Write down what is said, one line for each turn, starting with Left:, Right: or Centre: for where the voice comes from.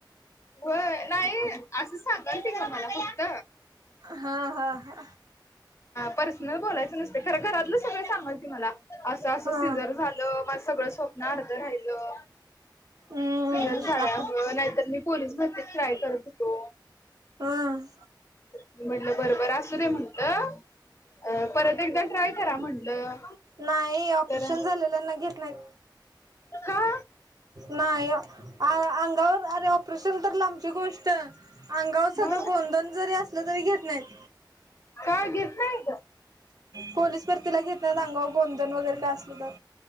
Left: हो नाही असं सांगालती ग मला फक्त
Right: हा हा हा
Left: पर्सनल बोलायचं नसते खरं घरातलं सगळं सांगालती मला असं असं
Right: हा
Left: सिजर झालं माझ सगळ स्वप्न अर्ध राहिलं
Right: हम्म
Left: सिझर झाल्यामुळ
Right: आता
Left: नाही तर मी भरतीत ट्राय करत होतो.
Right: हम्म
Left: मी म्हटलं बर बर असू देे म्हण म्हटलं परत एकदा ट्राय करा म्हटलं
Right: नाही ऑपरेशन
Left: तर
Right: झालेल्याना घेत नाही
Left: का
Right: नाही अंगावर अरे ऑपरेशन तर लांबची गोष्ट अंगावर
Left: मग
Right: साधं गोंधन जरी असलं तरी घेत नाहीत.
Left: काय घेत नाही येत
Right: पोलीस भरतीला घेत नाही आंगावर गोंधन वगैरे काय असलं तर